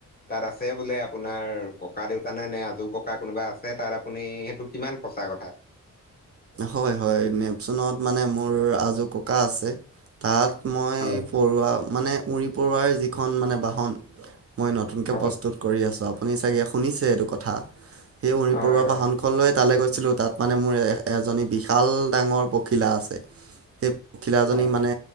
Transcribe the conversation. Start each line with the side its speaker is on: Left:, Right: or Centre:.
Left: তাত আছে বোলে আপোনাৰ ককা দেউতা নে আজৌ ককা কোনোবা আছে, তাত আপুনি সেইটো কিমান - সঁচা কথা।
Right: হয় হয় নেপচনত মানে মোৰ আজু ককা আছে। তাত মই
Left: হয়,
Right: পৰুৱা মানে উই পৰুৱাৰ যিখন মানে বাহন- মই নতুনকৈ
Left: হয়,
Right: প্ৰস্তুত কৰি আছোঁ আপুনি চাগে শুনিছে এইটো কথা। সেই উৰি
Left: হয়,
Right: পৰুৱা
Left: হয়,
Right: বাহনখন লৈয়ে তালৈ গৈছিলো তাত মানে মোৰ এ এজনী বিশাল ডাঙৰ পখিলা আছে। সেই খিলাজনী
Left: হয়,
Right: মানে